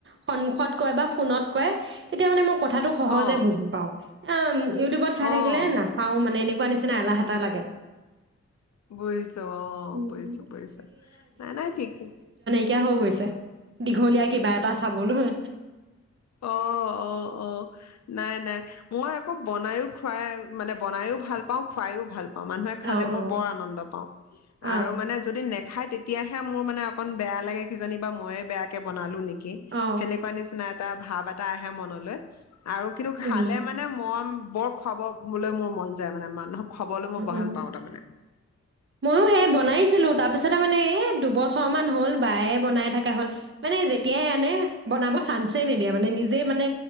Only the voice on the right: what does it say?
সন্মুখত কয় বা ফোনত কয় তেতিয়া মানে ম কথাটো সহজে
বুজি পাওঁ অ ইউটিউবত
চাই থাকে নাচাও মানে এনে চি এলাহ লাগে
উম,
কিয়া হৈ গৈছে দীঘলীয়া কিবা এটা চাবলৈ
অ
অ
অ
অ
উম
অ
ময়ো সে বনাইছিলো তাৰ পিছতে মানে এ দুবছৰ মান হ'ল বায়ে বনাই থকা হ'ল মানে যেতিয়াই আনে বনাব চানছে নিদিয়া মানে নিজে মানে